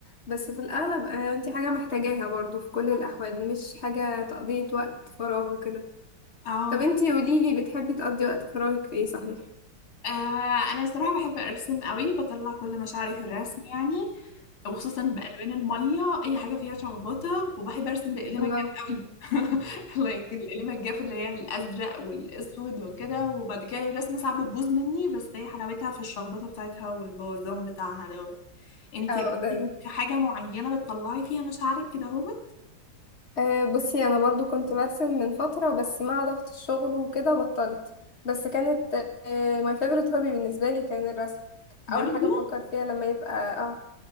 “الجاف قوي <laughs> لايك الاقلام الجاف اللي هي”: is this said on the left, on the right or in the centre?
Left